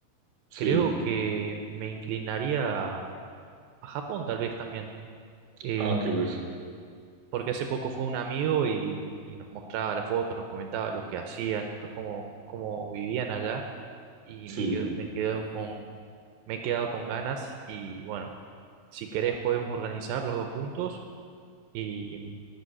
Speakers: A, on the right; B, on the right.
A: sí.
B: creo que me inclinaría a Japón tal vez también. Eh,
A: Ah, qué bueno.
B: porque hace poco fue un amigo y, y nos mostraba las fotos, nos comentaba lo que hacían, to- cómo, cómo vivían allá. y
A: Sí.
B: me quedo, me quedo con, me he quedado con ganas y bueno, si querés podemos organizar los dos juntos y,